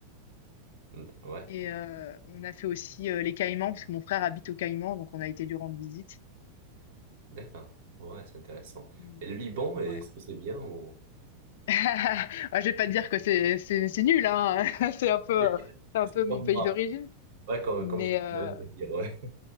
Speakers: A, on the right; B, on the left.
A: Mm, Ouais,
B: Et heu, on a fait aussi, heu, les Caïmans, parce que mon frère habite aux Caïmans, donc on a été lui rendre visite.
A: d'accord. Ouais, c'est intéressant.
B: Mais
A: Et le Liban, est-ce
B: ouais.
A: que c'est bien ou...
B: <laughs> Ah, je vais pas te dire que c'est c'est c'est nul, hein, <laughs> c'est un peu,
A: Yeah.
B: heu, c'est
A: C'est
B: un peu mon
A: comme
B: pays
A: moi.
B: d'origine.
A: Ouais, comme,
B: Mais
A: comme je disais,
B: heu,
A: je vais dire, ouais.